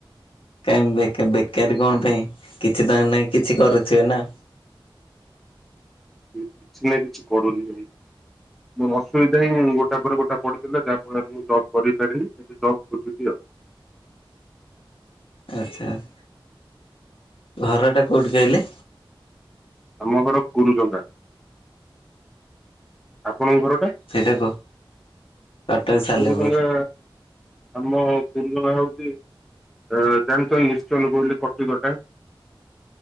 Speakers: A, on the left (about 80°); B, in the centre.
A: କାହିଁ ବେକ ବେକାରି କଣ ପାଇଁ କିଛି ତ ନା କିଛି କରୁଥିବେ ନା ।
B: କିଛି ନା କିଛି କରୁନି ଭାଇ । ମୋର ଅସୁବିଧା ହିଁ ଗୋଟା ପରେ ଗୋଟା ପଡୁଥିଲା ଯାହା ଫଳରେ ମୁଁ ଜବ୍ କରିପାରିନି ଏବେ ଜବ୍ ଖୋଜୁଛି ଆଉ ।
A: ଆଛା । ଘରଟା କଉଠି କହିଲେ?
B: ଆମ ଘର କୁରୁଜଙ୍ଗା। ଆ ପଣଙ୍କ ଘରଟା
A: ସେଇଟା କୁହ କଟକ ସାଲେପୁର
B: ଗୁରୁଜଙ୍ଗା ଆମ କୁରୁଞ୍ଜଙ୍ଗା ହଉଛି ଜାଣିଚନ୍ତି ଇଂସ୍ଟଲ କୋଇଲି କଟି କଟା